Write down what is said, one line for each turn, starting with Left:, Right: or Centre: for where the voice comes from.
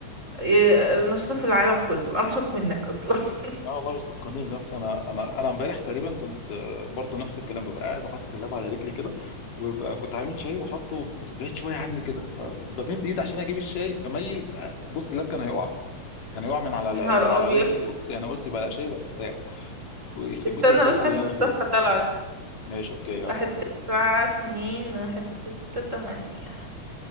Right: إيه، نشيطه في العالم كله انشط منك اصلا <laughs>
Left: اه والله بتفكرني بنفسي انا انا انا امبارح تقريبا كنت آه، برضو نفس الكلام ببقى قاعد وحاطط اللاب على رجلي كده وببقى كنت عامل شاي وحاطه بس بعيد شويه عني كده فبمد ايد عشان اجيب الشاي بميل آه، بص اللاب كان هيقع كان هيقع من على
Right: نهار
Left: من على
Right: ابيض
Left: رجلي بص يعني قلت بلا شاي بلا بتاع ويخرب
Right: استنى
Left: بيت الكسل
Right: بس
Left: اللي
Right: عشان
Left: انا
Right: الصفحه
Left: فيه
Right: طلعت
Left: ماشي اوكي يلا
Right: واحد تسعة اتنين واحد ستة تمانية